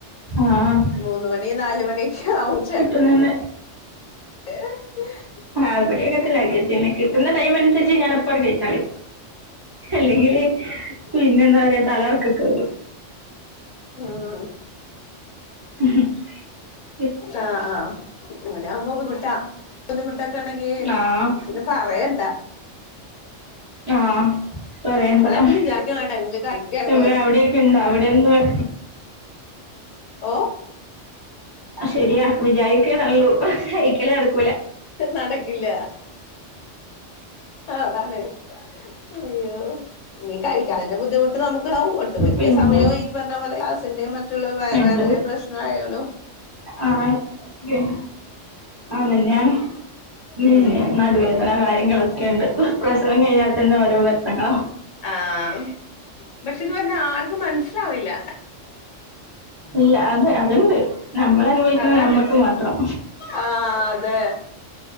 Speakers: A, on the right; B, on the left.
A: ആഹ്
B: മൂന്ന് മണി നാല് മണിയൊക്കെ ആവും
A: ഇപ്പ തന്നെ
B: അഏ <unintelligible>
A: ആഹ് ബടിം അങ്ങന് തന്നെ കിട്ടിനെ കിട്ടുന്ന ടൈമന്സര്ച്ച് ഞാനപ്പങ്ങട്ട് കയ്ച്ചറിം അല്ലെങ്കില് പിന്നെ ന്താറയാ തലർക്കൊക്കെ വരും
B: ഉം
A: ഉ <unintelligible>
B: ആഹ് ആഹ് അങ്ങനെ ആവ്മ്പോ ബുദ്ധിമുട്ടാ ബുദ്ധിമുട്ടൊക്കെ ഉണ്ടെങ്കി
A: ആഹ്
B: പിന്നെ പറയണ്ട
A: ആഹ് പറയണ്ടാ
B: നമ്മളെപ്പം
A: അഹ്
B: വിചാരിക്കും ആ ടൈമില് കഴിക്കാന്ന്
A: എവിടെ അവിടെൊക്കെ ഇണ്ട അവിടെ എന്ത്‌ പറയ
B: ഓഹ്
A: ശരിയാ വിജാരിക്കെ നല്ലൂ പക്ഷെ കയ്ക്കല് നടക്കൂല
B: നടക്കില്ല അതാണ് അയ്യോ നീ കഴിക്കാതതിന്റെ ബുദ്ധിമുട്ട് നമുക്ക് ഉണ്ടാവും ഒട്ടുമിക്ക
A: പിന്നെ
B: സമയവും ഈ പറഞ്ഞ പോലെ ഗ്യാസിന്റെയും മറ്റുള്ള വയവേദനിം
A: ഉണ്ട്
B: പ്രശ്നം എന്നായാലും
A: ആഹ് കെയ്ഞ്ഞു അതെന്നെയാണ് പിന്നെ
B: ഉം ഉം
A: നല്ല വേദന കാര്യങ്ങളൊക്കെണ്ട് പ്രസവം കഴിഞ്ഞാൽ തന്നെ ഓരോ വർത്തങ്ങള
B: ആഹ് പക്ഷെ ഇത് പറഞ്ഞ ആർക്കും മനസിലാവില്ല
A: ഇല്ല അത് അത്ണ്ട് നമ്മൾ അനുഭവിക്കുന്നത്
B: അതാണ്
A: നമ്മക്ക് മാത്രം
B: ആഹ് അതെ